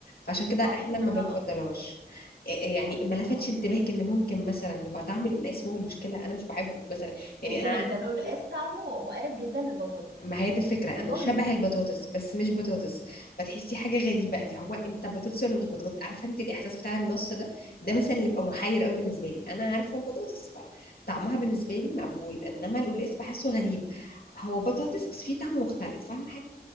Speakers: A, on the left; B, on the right.
A: فعشان كده احنا
B: اه انتوا بتعملوها
A: ما بنفضلهاش
B: غلط
A: إيه- إيه يعني
B: اه انتوا
A: ما
B: بتعملوه
A: لفتش
B: غلط
A: انتباهك ان ممكن مثلا يبقى طعم القلقاس هو المشكلة انا مش بحبه مثلا يعني
B: ازاي
A: انا
B: ده القلقاس طعمه مقارب جدا للبطاطس
A: ما هي دي الفكرة
B: والله
A: انه شبه البطاطس بس مش بطاطس فتحسي حاجة غريبة اللي هو انت بطاطس ولا مش بطاطس عارفة انت الاحساس بتاع النص ده ده مثلا اللي بيبقى محير قوي بالنسبة لي انا عارفة البطاطس فطعمها بالنسبة لي مقبول انما القلقاس بحسه غريب هو بطاطس بس فيه طعم مختلف فاهمة